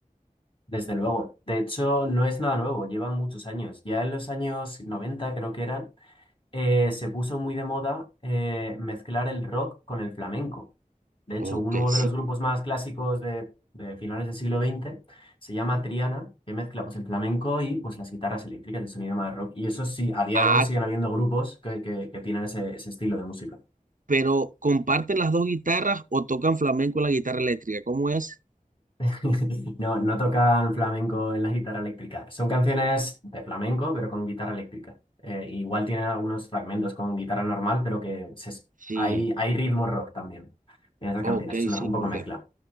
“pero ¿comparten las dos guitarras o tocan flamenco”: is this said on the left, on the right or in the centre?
Right